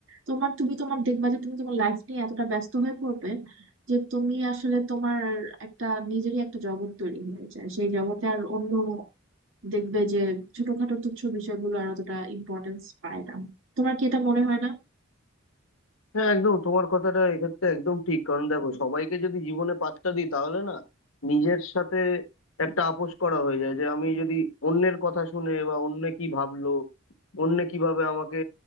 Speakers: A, on the right; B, on the left.
A: তোমার তুমি তোমার দেখবা যে তুমি তোমার লাইফ নিয়ে এতটা ব্যস্ত হয়ে পড়বে যে তুমি আসলে তোমার একটা নিজেরই একটা জগৎ তৈরি হয়ে যায় সেই জগতে আর অন্য দেখবে যে ছোটখাটো তুচ্ছ বিষয়গুলো আর অতটা ইম্পর্টেন্স পায় না তোমার কি এটা মনে হয় না
B: হ্যাঁ একদম তোমার কথাটা এক্ষেত্রে একদম ঠিক কারণ দেখো সবাইকে যদি জীবনে পাত্তা দিই তাহলে না নিজের সাথে একটা আপোষ করা হয়ে যায় যে আমি যদি অন্যের কথা শুনে বা অন্য কি ভাবলো অন্য কিভাবে আমাকে